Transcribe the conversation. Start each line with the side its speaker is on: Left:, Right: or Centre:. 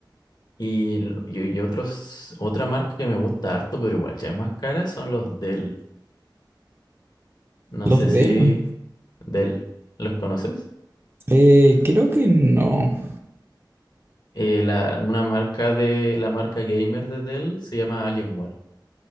Left: Y, l- y- y otros, otra marca que me gusta harto, pero igual ya es más cara, son los Dell. No
Right: Los
Left: sé
Right: Dell.
Left: si Dell, ¿los conoces?
Right: Eh, creo que no.
Left: Eh, la, una marca de, la marca gamer de Dell se llama Alienware.